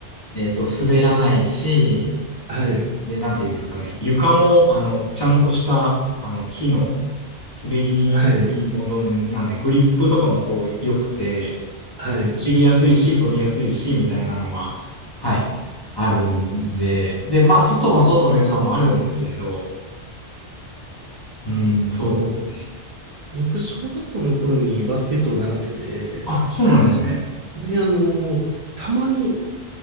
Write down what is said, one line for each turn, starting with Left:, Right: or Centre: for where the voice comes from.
Left: えっと、滑らないし、
Right: はい、
Left: で、なんていうんですかね。床も、あの、ちゃんとした、あの、木の滑りにくいものなんで、
Right: はい、
Left: グリップとかもこう、良くて、
Right: はい。
Left: 走りやすいし、
Right: い
Left: 飛びやすいし、みたいなのが、はい、あるんで、で、まあ、外は外の良さもあるんですけれど、うん、
Right: やあの、
Left: そうですね。
Right: 僕、小学校の頃にバスケットを習ってて、
Left: あ、そうなんですね。
Right: で、あの、たまに、